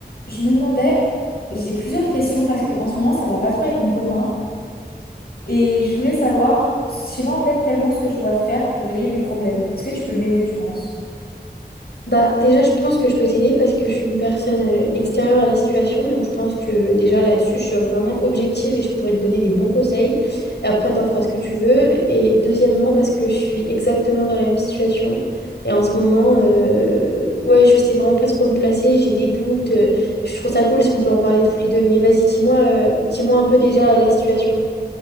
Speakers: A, on the left; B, on the left.
A: Je me demandais, j'ai plusieurs questions parce que en ce moment ça va pas trop avec mon copain et je voulais savoir, je sais pas en fait tellement ce que je dois faire pour régler mes problèmes. Est-ce que tu peux m'aider, tu penses?
B: Bah, déjà, je pense que je peux t'aider parce que je suis une personne euh, extérieure à la situation. Donc, je pense que déjà là-dessus, je serai vraiment objective et je pourrais te donner des bons conseils. Et après, t'en feras ce que tu veux. Et deuxièmement, parce que je suis exactement dans la même situation. Et en ce moment, euh, ouais, je sais vraiment pas trop me placer. J'ai des doutes. euh, Je trouve ça cool si on peut en parler toutes les deux. Mais vas-y, dis-moi, euh, dis-moi un peu déjà la situation.